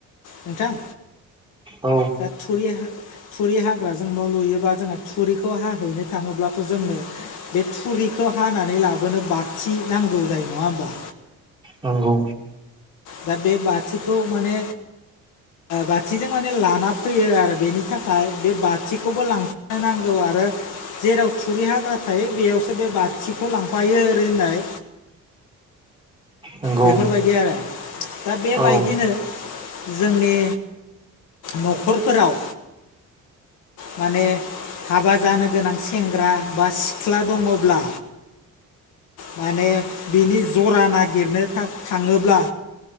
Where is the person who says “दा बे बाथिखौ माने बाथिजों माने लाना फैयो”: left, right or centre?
Left